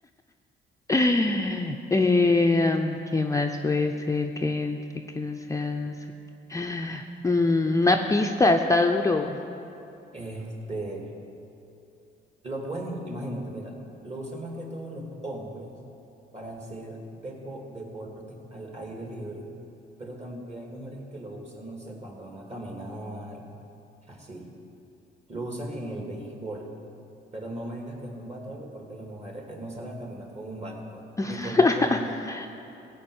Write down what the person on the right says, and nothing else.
Este. Lo pueden, u- imagínate, mira, lo usan más que todos los hombres para hacer depo- deportes al aire libre, pero también hay mujeres que lo usan, no sé, cuando van a caminar, así. Lo usan en el béisbol, pero no me digas que es un bate o algo porque las mujeres no salen a caminar con un bate, pues,
ni con un guante.